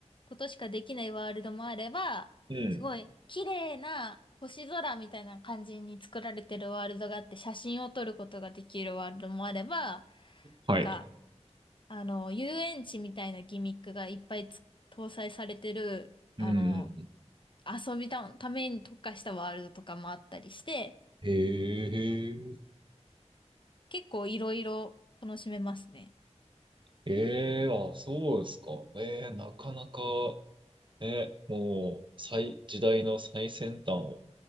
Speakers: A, on the left (about 45°); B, on the right (about 45°).
A: ことしかできないワールドもあれば、
B: うん。
A: すごい綺麗な星空みたいな感じに作られてるワールドがあって、写真を撮ることができるワールドもあれば、
B: はい。
A: なんかあの、遊園地みたいなギミックがいっぱいつ搭載されてる、
B: うん。
A: あの、遊びた、ために特化したワールドとかもあったりして、
B: へえ、
A: 結構いろいろ楽しめますね。
B: ええ、あ、そうですか。ええ、なかなか、ね、もう、最、時代の最先端を